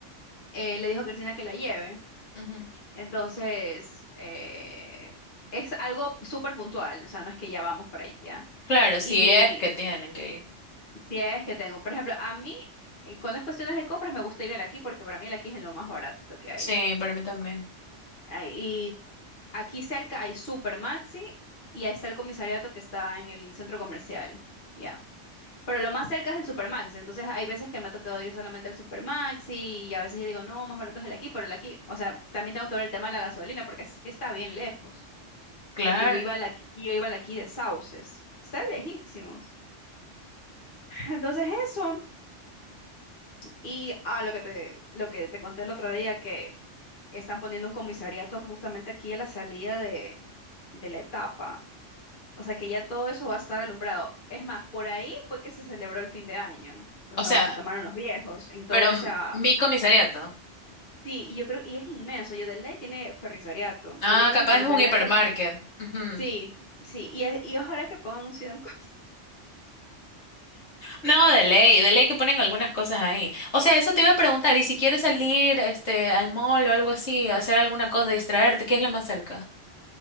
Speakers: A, on the left (about 45°); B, on the left (about 65°).
A: eh, le dijo a Cristina que la lleve.
B: ujú.
A: Entonces, eh, es algo súper puntual, o sea, no es que ya vamos para allá.
B: Claro, si
A: Y
B: es que tienen que ir.
A: si es que tengo, por ejemplo, a mí, eh, cuando es cuestiones de compras, me gusta ir al aquí porque para mí el aquí es lo más barato que hay.
B: Sí, para mí también.
A: Ah, Y aquí cerca hay Super Maxi y ahí está el comisariato que está en el centro comercial. Ya. Pero lo más cerca es el Supermax, entonces hay veces que me ha tocado ir solamente al Supermax y a veces yo digo, no, más barato es el aquí, pero el aquí, o sea, también tengo que ver el tema de la gasolina porque sí está bien lejos,
B: Claro.
A: porque yo iba al aquí, yo iba al aquí de Sauces, está lejísimos. <laughs> Entonces eso, y a lo que te, lo que te conté el otro día, que están poniendo un comisariato justamente aquí a la salida de, de la etapa, O sea que ya todo eso va a estar alumbrado. Es más, por ahí fue que se celebró el fin de año, o
B: O
A: sea,
B: sea,
A: donde se quemaron los viejos, en todo
B: pero
A: esa...
B: m- mi comisariato.
A: Sí, y yo creo, y es inmenso, yo de ley tiene ferrisariato,
B: Ah,
A: de ley tiene
B: capaz
A: ferrisariato,
B: es un hipermarket.
A: me-
B: Ujú.
A: sí, sí, y, es- y ojalá que pongan un Sidan Cos-
B: No, de ley, de ley que ponen algunas cosas ahí. O sea, eso te iba a preguntar, y si quieres salir, este, al mall o algo así, hacer alguna cosa, distraerte, ¿qué es lo más cerca?